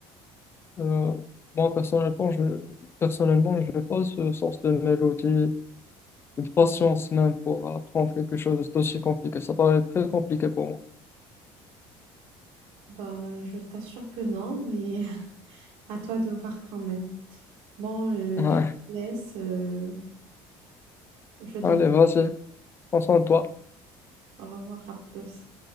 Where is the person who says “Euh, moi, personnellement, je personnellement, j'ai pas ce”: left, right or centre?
Left